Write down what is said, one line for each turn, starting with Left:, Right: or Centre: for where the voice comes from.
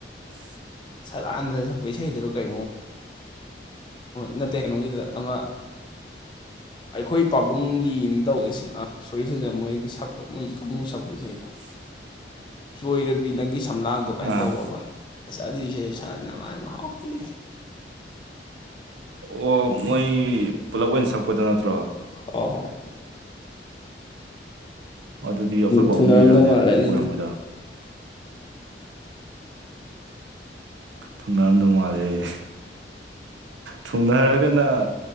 Right: ꯎ
Left: ꯁꯂꯥꯟꯗꯅ ꯁꯛꯄ ꯏꯁꯩꯗꯨꯔꯣ ꯀꯩꯅꯣ ꯅꯠꯇꯦ ꯀꯩꯅꯣꯒꯤꯗꯨꯗ ꯑꯃ
Right: <unintelligible>
Left: ꯑꯩꯈꯣꯏ ꯄꯥꯕꯨꯡꯒꯤꯅ ꯇꯧꯔꯤꯁꯤꯅ ꯁꯣꯔꯤ ꯁꯟꯖꯝ ꯃꯣꯏꯒꯤ ꯁꯛꯄ ꯃꯣꯏ ꯀꯥꯡꯕꯨ ꯁꯛꯄ ꯏꯁꯩꯗ
Right: <unintelligible>
Left: ꯆꯣꯏꯔꯕꯤ ꯅꯪꯒꯤ ꯁꯝꯂꯥꯡꯗꯣ
Right: ꯑꯥ
Left: ꯀꯥꯏꯅ ꯇꯧꯕ ꯑꯁ ꯑꯗꯨꯏꯁꯦ ꯁꯥꯟꯅꯕꯅꯕꯥꯏ ꯃꯍꯥꯎꯇꯤ
Right: ꯑꯣ ꯃꯣꯏ ꯄꯨꯂꯞ ꯑꯣꯏꯅ ꯁꯛꯄꯗ ꯅꯠꯇ꯭ꯔꯣ
Left: ꯍ ꯍꯣꯏ
Right: ꯑꯗꯨꯗꯤ ꯑꯩꯈꯣꯏ
Left: ꯊꯨꯡꯅꯔꯝꯗꯧ
Right: ꯄꯥꯎꯕꯨꯝꯒꯤꯔꯅꯦ
Left: ꯃꯥꯜꯂꯦ ꯑꯅꯤꯗꯨ
Right: ꯑꯣꯏꯔꯝꯝꯕꯗ ꯊꯨꯡꯅꯥꯔꯝꯗꯧ ꯃꯥꯜꯂꯦ ꯑꯩ ꯊꯨꯡꯅꯔꯒꯅ